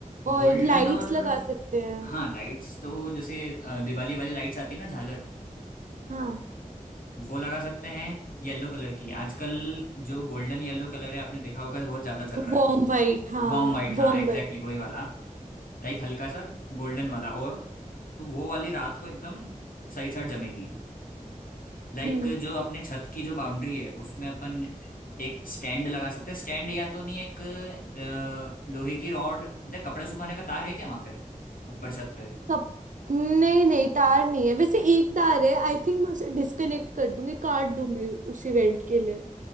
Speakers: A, on the right; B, on the left.
A: और
B: गोल्डन
A: लाइट्स
B: और
A: लगा सकते हैं
B: हाँ लाइट्स तो जैसे अ, दिवाली वाली लाइट्स आती है ना झालर
A: हाँ
B: वो लगा सकते हैं येलो कलर की आजकल जो गोल्डन येलो कलर है आपने देखा होगा बहुत ज्यादा चल रहा
A: वार्म
B: है
A: वाइट हाँ
B: वार्म वाइट हाँ
A: वार्म
B: एग्जैक्टली
A: वाइट
B: वही वाला लाइक हल्का सा गोल्डन वाला और तो वो वाली रात को एकदम सही साथ जमेगी लाइक
A: हम्म
B: जो अपने छत की जो बाउंड्री है उसमें अपन एक स्टैंड लगा सकते हैं स्टैंड या तो नहीं एक अ, लोहे की रॉड या कपड़े सुखाने का तार है क्या वहां पे ऊपर छत पे?
A: कप नहीं नहीं तार नहीं है वैसे एक तार है आई थिंक मैं उसे डिस्कनेक्ट कर दूंगी काट दूंगी उस इवेंट के लिए